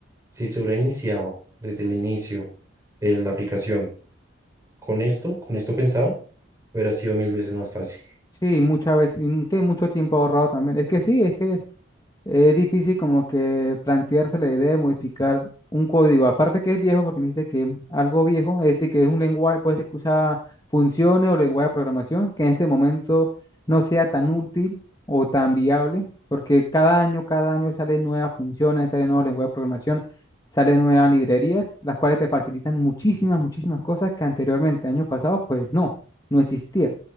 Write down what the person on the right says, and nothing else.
si se hubiera iniciado desde el inicio de la aplicación, con esto, con esto pensado, hubiera sido mil veces más fácil.